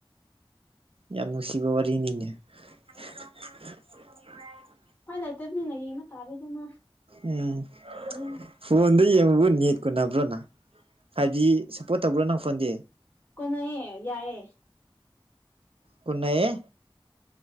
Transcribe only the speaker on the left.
ꯎꯄꯥꯏ ꯂꯩꯇꯕꯅꯤꯅ ꯌꯦꯡꯕ ꯇꯥꯔꯦꯗꯅ
ꯐꯪꯕꯅꯤꯅ
ꯀꯣꯟꯅꯩꯌꯦ ꯌꯥꯏꯌꯦ